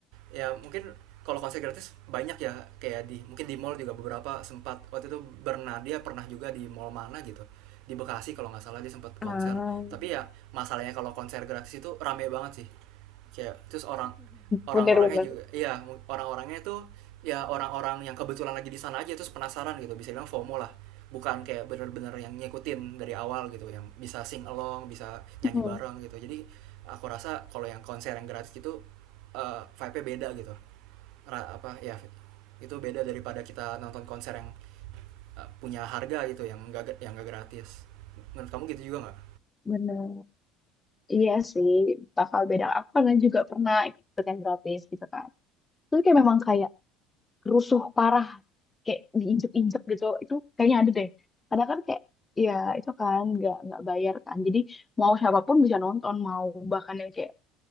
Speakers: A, on the right; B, on the left.
A: ya mungkin kalau konser gratis banyak ya kayak di mungkin di mall juga beberapa sempat waktu itu Bernadia pernah juga di mall mana gitu di Bekasi kalau nggak salah dia sempat konser
B: Ah, <laughs>
A: tapi ya masalahnya kalau konser gratis itu rame banget sih kayak terus orang orang-orangnya
B: bener-bener
A: juga iya orang-orangnya itu ya orang-orang yang kebetulan lagi di sana aja terus penasaran gitu bisa bilang FOMO lah bukan kayak bener-bener yang ngikutin dari awal gitu yang bisa sing along bisa nyanyi
B: hmm,
A: bareng gitu jadi aku rasa kalau yang konser yang gratis gitu eh vibe-nya beda gitu Ra- apa ya itu beda daripada kita nonton konser yang eh, punya harga gitu yang nggak yang nggak gratis menurut kamu gitu juga nggak
B: bener. Iya sih, bakal beda. Aku karena juga pernah ikut yang gratis gitu kan. Terus kayak memang kayak rusuh parah kayak diinjek-injek gitu itu kayaknya ada deh karena kan kayak ya itu kan nggak nggak bayar kan jadi mau siapapun bisa nonton mau bahkan yang kayak